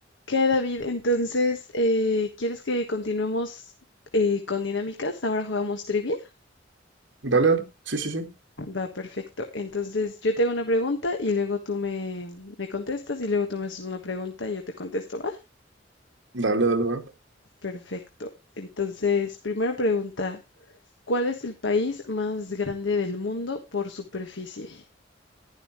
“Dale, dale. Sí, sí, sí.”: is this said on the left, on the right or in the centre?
Right